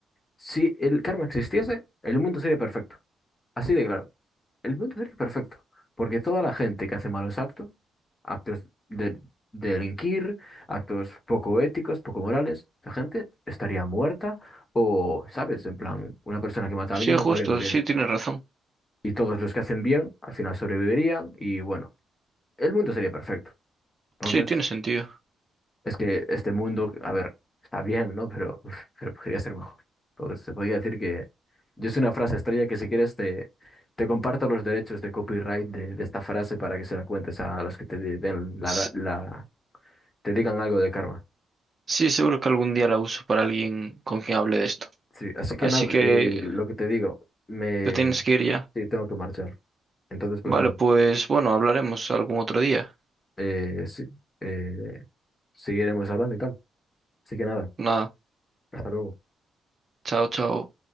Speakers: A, on the left (about 25°); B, on the right (about 35°).
A: Si el karma existiese, el mundo sería perfecto. Así de claro. El mundo sería perfecto. Porque toda la gente que hace malos actos, actos de, de delinquir, actos poco éticos, poco morales, la gente estaría muerta o, ¿sabes? En plan, una persona que mata
B: Sí,
A: a alguien
B: justo,
A: acabaría muriendo
B: sí, tienes razón.
A: y todos los que hacen bien al final sobrevivirían y bueno, el mundo sería perfecto. Entonces,
B: Sí, tiene sentido.
A: es que este mundo, a ver, está bien, ¿no? Pero, uf, pero podría ser mejor. Entonces, se podría decir que yo sé una frase estrella que si quieres te, te comparto los derechos de copyright de, de esta frase para que se la cuentes a los que te di- den la,
B: S-
A: la- te digan algo de karma.
B: Sí, seguro que algún día la uso para alguien con quien hable de esto.
A: Sí, así que
B: Así
A: nada,
B: que
A: eh, lo que te digo, me...
B: te tienes que ir ya.
A: Sí, tengo que marchar. Entonces, pues
B: Vale,
A: nada,
B: pues bueno, hablaremos algún otro día.
A: eh, sí, eh, seguiremos hablando y tal. Así que nada.
B: Nada,
A: Hasta luego.
B: chao, chao.